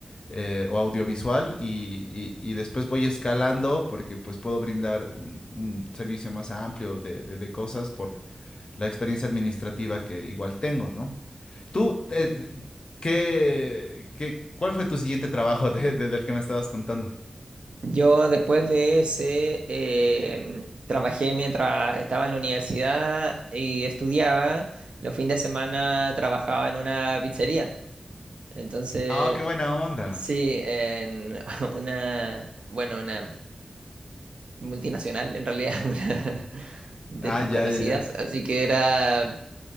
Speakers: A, on the left (about 50°); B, on the right (about 65°).
A: eh, o audiovisual y, y- y después voy escalando porque pues puedo brindar un, un servicio más amplio de, de- de cosas por la experiencia administrativa que igual tengo, ¿no? Tú, eh, d- ¿qué, qué- cuál fue tu siguiente trabajo de- de- del que me estabas contando?
B: Yo después de ese em, trabajé mientras estaba en la universidad y estudiaba. Los fines de semana trabajaba en una pizzería. Entonces,
A: Ah, qué buena onda.
B: sí, en <laughs> una, bueno, una multinacional en realidad, <laughs> una de
A: Ah,
B: estas
A: ya,
B: conocidas.
A: ya, ya.
B: Así que era